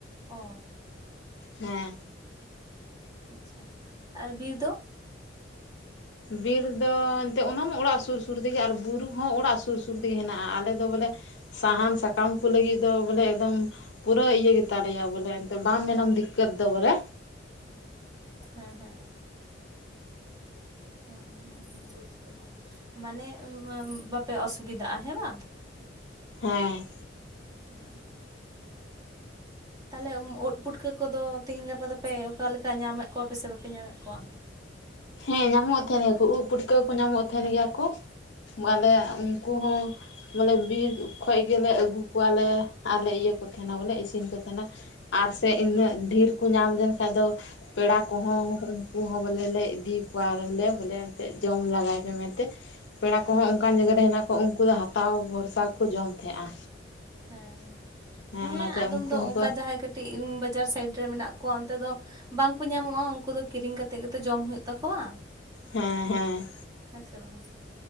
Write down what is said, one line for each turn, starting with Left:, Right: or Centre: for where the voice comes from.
Right: ᱚ
Left: ᱦᱮᱸ
Right: ᱟᱪᱪᱷᱟ ᱟᱨ ᱵᱤᱨ ᱫᱚ?
Left: ᱵᱤᱨ ᱫᱚ ᱮᱱᱛᱮᱫ ᱚᱱᱟ ᱢᱟ ᱚᱲᱟᱜ ᱥᱩᱨ ᱥᱩᱨ ᱛᱮᱜᱮ ᱟᱨ ᱵᱩᱨᱩ ᱦᱚᱸ ᱚᱲᱟᱜ ᱥᱩᱨ ᱥᱩᱨ ᱛᱮᱜᱮ ᱦᱮᱱᱟᱜᱼᱟ ᱟᱞᱮ ᱫᱚ ᱵᱚᱞᱮᱼᱼ ᱥᱟᱦᱟᱱ ᱥᱟᱠᱟᱢ ᱠᱩ ᱞᱟᱹᱜᱤᱫ ᱫᱚ ᱵᱚᱞᱮ ᱮᱠᱫᱚᱢ ᱯᱩᱨᱟᱹ ᱤᱭᱟᱹ ᱜᱮᱛᱟᱞᱮᱭᱟ ᱵᱚᱞᱮ ᱵᱟᱢ ᱢᱮᱱᱟᱢ ᱫᱤᱠᱠᱟᱹᱛ ᱫᱚ ᱵᱚᱞᱮ,
Right: ᱦᱮᱸ ᱦᱮᱸ ᱦᱮᱸ ᱦᱮᱸ ᱦᱮᱸ ᱵᱩᱡᱽ ᱠᱮᱫᱼᱟᱹᱧ᱾ ᱢᱟᱱᱮ ᱵᱟᱯᱮ ᱚᱥᱩᱵᱤᱫᱟᱜᱼᱟ ᱦᱮᱸ ᱵᱟᱝ?
Left: ᱦᱮᱸ
Right: ᱦ <unintelligible> ᱛᱟᱦᱚᱞᱮ ᱩᱫ ᱯᱩᱴᱠᱟᱹ ᱠᱚᱫᱚ ᱛᱤᱦᱤᱧ ᱜᱟᱯᱟ ᱫᱚᱯᱮ ᱚᱠᱟ ᱞᱮᱠᱟ ᱧᱟᱢᱮᱫ ᱠᱚᱣᱟ ᱯᱮ ᱥᱮ ᱵᱟᱯᱮ ᱧᱟᱢᱮᱫ ᱠᱚᱣᱟ?
Left: ᱦᱮᱸ ᱧᱟᱢᱚᱜ ᱛᱟᱦᱮᱸᱱ ᱜᱮᱭᱟ ᱠᱚ ᱩᱫ ᱯᱩᱴᱠᱟᱹ ᱠᱚ ᱧᱟᱢᱚᱜ ᱛᱟᱦᱮᱸᱱ ᱜᱮᱭᱟ ᱠᱩ᱾ ᱟᱞᱮᱭᱟᱜ ᱩᱱᱠᱩ ᱦᱚᱸ ᱵᱚᱞᱮ ᱵᱤᱨ ᱠᱷᱚᱡ ᱜᱮᱞᱮ ᱟᱹᱜᱩ ᱠᱚᱣᱟ ᱞᱮ ᱟᱨᱞᱮ ᱤᱭᱟᱹ ᱠᱚ ᱛᱟᱦᱮᱸᱱᱟ ᱵᱚᱞᱮ ᱤᱥᱤᱱ ᱠᱚ ᱛᱟᱦᱮᱸᱱᱟ᱾ ᱟᱨ ᱥᱮ
Right: ᱦᱮᱸ
Left: ᱤᱱᱟᱹᱜ ᱰᱷᱮᱨ ᱠᱚ ᱧᱟᱢ ᱞᱮᱱ ᱠᱷᱟᱱ ᱫᱚ ᱯᱮᱲᱟ ᱠᱚᱦᱚᱸ ᱩᱱᱠᱩ ᱦᱚᱸ ᱵᱟᱞᱮ ᱫᱤᱯ <unintelligible> ᱠᱚᱣᱟ ᱞᱮ ᱵᱚᱞᱮ ᱮᱱᱛᱮᱫ ᱡᱚᱢ ᱞᱮᱜᱟᱭ ᱯᱮ ᱢᱮᱱᱛᱮ, ᱯᱮᱲᱟ ᱠᱚᱦᱚᱸ
Right: ᱦᱮᱸ
Left: ᱚᱱᱠᱟᱱ ᱡᱟᱭᱜᱟ ᱨᱮ ᱦᱮᱱᱟᱜ ᱠᱚᱣᱟ ᱩᱱᱠᱩ ᱫᱚ ᱦᱟ ᱛᱟᱣ ᱵᱷᱚᱨᱥᱟ ᱠᱚ ᱡᱚᱢ ᱛᱟᱦᱮᱸᱜᱼᱟ᱾
Right: ᱦᱮᱸ, ᱦᱮᱸ
Left: ᱚᱱᱟᱛᱮ
Right: ᱟᱫᱚᱢ
Left: ᱩᱱᱠᱩ
Right: ᱫᱚ
Left: ᱦᱚᱸᱠᱚ
Right: ᱚᱱᱠᱟ ᱡᱟᱦᱟᱸᱭ ᱠᱟᱹᱴ ᱼᱴᱤᱡ ᱵᱟᱡᱟᱨ ᱥᱟᱭᱤᱰ ᱨᱮ ᱢᱮᱱᱟᱜ ᱠᱚᱣᱟ ᱚᱱᱛᱮ ᱫᱚ᱾ ᱵᱟᱝᱠᱚ ᱧᱟᱢᱚᱜᱼᱟ, ᱩᱱᱠᱩ ᱫᱚ ᱠᱤᱨᱤᱧ ᱠᱟᱛᱮᱜ ᱜᱮᱛᱚ ᱡᱚᱢ ᱦᱩᱭᱩᱜ ᱛᱟᱠᱚᱣᱟ᱾
Left: ᱦᱮᱸ ᱦᱮᱸ
Right: ᱦᱮᱸ ᱥᱮ ᱵᱟᱝᱼᱟ